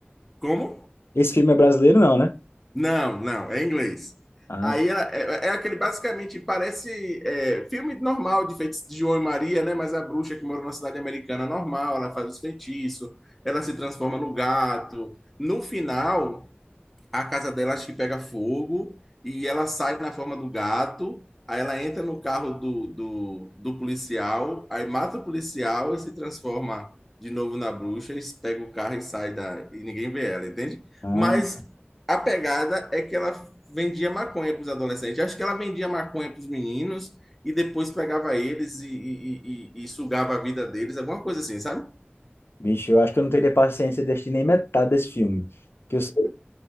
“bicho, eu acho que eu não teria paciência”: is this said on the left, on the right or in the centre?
Left